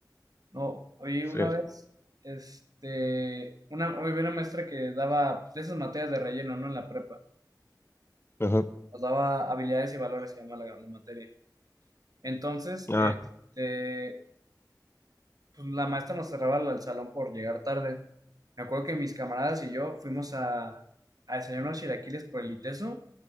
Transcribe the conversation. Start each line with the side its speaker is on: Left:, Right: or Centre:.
Right: No, oí
Left: Sí,
Right: una vez, este, una, había una maestra que daba pues, de esas materias de relleno, ¿no? En la prepa,
Left: ajá,
Right: nos daba habilidades y valores, se llama la, la materia. Entonces,
Left: ah,
Right: este, pues, la maestra nos cerraba el salón por llegar tarde. Me acuerdo que mis camaradas y yo fuimos a, a desayunar unos chilaquiles por el ITESO.